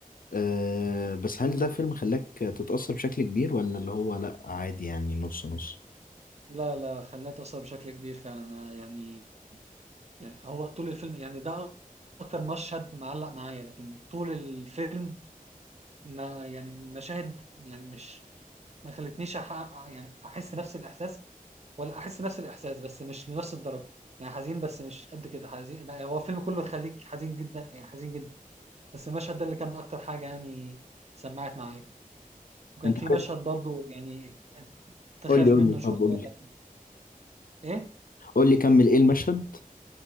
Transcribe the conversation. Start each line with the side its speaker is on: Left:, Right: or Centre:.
Left: أه بس هل ده فيلم خلاك تتأثر بشكل كبير ولا اللي هو لأ عادي يعني نص نص
Right: لا لا خلاني أتأثر بشكل كبير فعلا أنا يعني يعني هو طول الفيلم يعني ده أكتر مشهد معلق معايا لكن طول الفيلم ما يعني مشاهد يعني مش ما خلتنيش أح... يعني احس نفس الاحساس ولا احس نفس الاحساس بس مش لنفس الدرجه يعني حزين بس مش قد كده حزين بقى هو الفيلم كله يخليك حزين جدا يعني حزين جدا بس المشهد ده اللي كان اكتر حاجه يعني سمعت معايا وكان
Left: أنت
Right: في مشهد
Left: عارف
Right: برضو يعني تخاف
Left: قول لي قول
Right: منه
Left: لي
Right: شويه
Left: طب قول لي
Right: كان ايه
Left: قول لي كمل إيه المشهد أنت